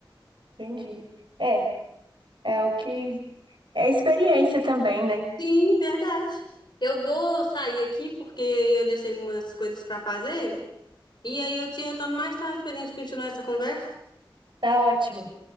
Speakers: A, on the right; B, on the left.
A: entendi. É, é o que é experiência também, né?
B: Sim, verdade. Eu vou sair aqui porque eu deixei umas coisas para fazer e aí eu te retorno mais tarde pra gente continuar essa conversa.
A: Tá ótimo.